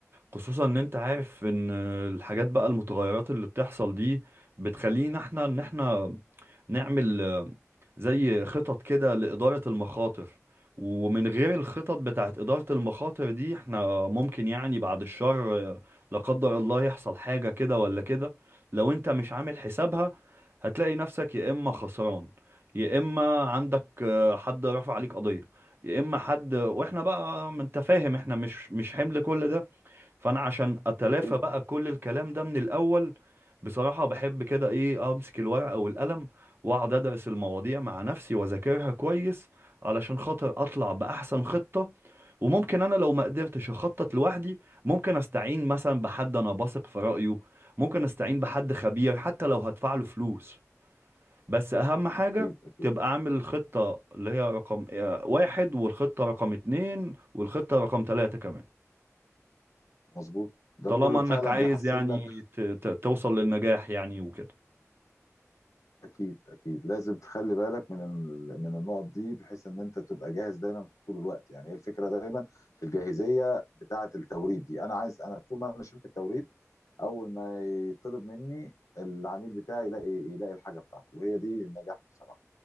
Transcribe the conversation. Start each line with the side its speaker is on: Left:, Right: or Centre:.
Right: خصوصا ان انت عارف ان الحاجات بقى المتغيرات اللي بتحصل دي بتخلينا احنا ان احنا نعمل آه، زي خطط كده لإدارة المخاطر ومن غير الخطط بتاعت إدارة المخاطر دي احنا ممكن يعني بعد الشر آه، لا قدر الله يحصل حاجة كده ولا كده لو انت مش عامل حسابها هتلاقي نفسك يا إما خسران يا إما عندك آه، حد رفع عليك قضية يا إما حد واحنا بقى ما انت فاهم احنا مش مش حمل كل ده فانا عشان اتلافى
Left: اكيد
Right: بقى كل الكلام ده من الاول بصراحة بحب كده ايه امسك الورقة والقلم واقعد ادرس المواضيع مع نفسي واذاكرها كويس علشان خاطر اطلع باحسن خطة وممكن انا لو ما قدرتش اخطط لوحدي ممكن استعين مثلا بحد انا بثق في رأيه ممكن استعين بحد خبير حتى لو هدفع له فلوس بس اهم حاجة
Left: اكيد اكيد
Right: تبقى عامل الخطة اللي هي رقم آه، واحد والخطة رقم اتنين والخطة رقم تلاتة كمان
Left: مظبوط ده
Right: طالما
Left: كله
Right: انك
Left: فعلا
Right: عايز
Left: بيحسن
Right: يعني
Left: لك
Right: ت- ت- توصل للنجاح يعني وكده
Left: اكيد اكيد لازم تخلي بالك من ال- من النقط دي بحيث ان انت تبقى جاهز دايما طول الوقت يعني هي الفكره دايما في الجاهزيه بتاعه التوريد دي انا عايز انا طول ما انا شركه توريد اول ما يطلب مني العميل بتاعي يلاقي يلاقي الحاجه بتاعته وهي دي النجاح بصراحه